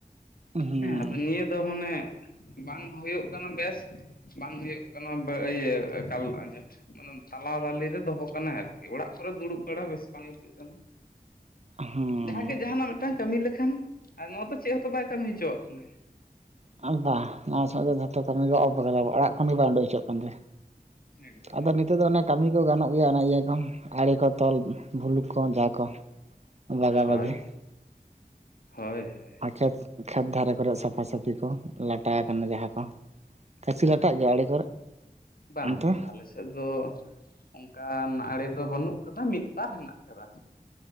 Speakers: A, on the right (about 45°); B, on the left (about 70°).
A: ᱦᱩᱸ
B: ᱦᱮᱸ ᱟᱫᱚ ᱱᱤᱭᱟᱹ ᱫᱚ ᱢᱟᱱᱮ, ᱵᱟᱝ ᱦᱩᱭᱩᱜ ᱠᱟᱱᱟ ᱵᱮᱥ ᱵᱟᱝ ᱦᱩᱭᱩᱜ ᱠᱟᱱᱟ ᱤᱭᱟᱹ ᱮᱠᱟᱞ ᱟᱸᱡᱷᱟᱴ᱾ ᱢᱟᱱᱮ ᱛᱟᱞᱟ ᱫᱟᱞᱤ ᱨᱮ ᱫᱚᱦᱚ ᱠᱟᱱᱟᱭ ᱟᱨᱠᱤ, ᱚᱲᱟᱜ ᱠᱚᱨᱮ ᱫᱩᱲᱩᱵ ᱵᱟᱲᱟ ᱵᱮᱥ ᱵᱟᱝ ᱟᱹᱭᱠᱟᱹᱜ ᱠᱟᱱᱟ᱾
A: ᱦᱩᱸ
B: ᱡᱟᱦᱟᱸ ᱜᱮ ᱡᱟᱦᱟᱱᱟᱜ ᱢᱤᱫᱴᱟᱝ ᱠᱟᱹᱢᱤ ᱞᱮᱠᱷᱟᱱ, ᱱᱚᱣᱟ ᱫᱚ ᱪᱮᱫ ᱦᱚᱸᱛᱚ ᱵᱟᱭ ᱠᱟᱹᱢᱤ ᱦᱚᱪᱚᱼᱟᱜ ᱠᱟᱱᱟᱭ᱾
A: ᱟ ᱵᱟᱝ ᱱᱚᱣᱟ ᱥᱟᱜ ᱜᱮ ᱡᱚᱛᱚ ᱠᱟᱹᱢᱤ ᱜᱮ ᱚᱯ ᱠᱟᱫᱟ ᱾ᱚᱲᱟᱜ ᱠᱷᱚᱱ ᱜᱮ ᱵᱟᱝ ᱩᱰᱩᱠ ᱦᱚᱪᱚᱜ ᱠᱟᱱ ᱛᱮ᱾
B: ᱮᱠᱵᱟᱨᱮ
A: ᱟᱫᱚ ᱱᱤᱛᱚᱜ ᱫᱚ ᱚᱱᱮ ᱠᱟᱹᱢᱤ ᱠᱚ ᱜᱟᱱᱚᱜ ᱜᱮᱭᱟ, ᱚᱱᱮ ᱤᱭᱟᱹ ᱠᱚ ᱟᱸᱲᱮ ᱠᱚ ᱛᱚᱞ ᱵᱷᱩᱞᱩᱠ ᱠᱚ ᱡᱟ ᱠᱚ ᱵᱟᱜᱟ
B: ᱦᱳᱭ
A: ᱵᱟᱜᱤ᱾ <unintelligible>
B: ᱦᱳᱭ ᱦᱳᱭ
A: ᱟᱪᱪᱷᱟ ᱠᱷᱮᱛ ᱫᱷᱟᱨᱮ ᱠᱚᱨᱮ ᱥᱟᱯᱷᱟ ᱥᱟᱹᱯᱷᱤ ᱠᱚ ᱞᱟᱸᱴᱟ ᱟᱠᱟᱱᱟ ᱡᱟᱦᱟᱸ ᱠᱚ᱾ ᱠᱟᱹᱥᱤ
B: ᱦᱮᱸ
A: ᱞᱟᱸᱴᱟᱜ ᱜᱮᱭᱟ ᱟᱲᱮ ᱠᱚᱨᱮ?
B: ᱵᱟᱝ
A: ᱚᱱᱛᱮ
B: ᱵᱟᱝ ᱟᱞᱮ ᱥᱮᱫ ᱥᱮᱫ ᱫᱚ ᱚᱱᱠᱟᱱ ᱟᱲᱮ ᱫᱚ ᱵᱟᱹᱱᱩᱜ ᱠᱟᱫᱟ, ᱢᱤᱫᱵᱟᱨ ᱦᱮᱱᱟᱜ ᱟᱠᱟᱫᱟ᱾